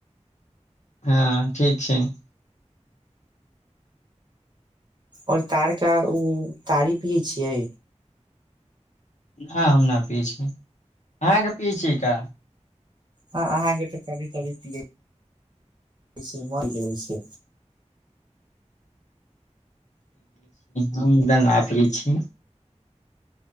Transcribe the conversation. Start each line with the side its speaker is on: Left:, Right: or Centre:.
Left: हँ ठीक छै
Right: आओर तारके उ तारी पियै छियै
Left: ह हम न पियै छी अहाँके पियै छियै का
Right: हँ अहाँके तऽ कभी कभी पियै छै
Left: हम त ना पिय छी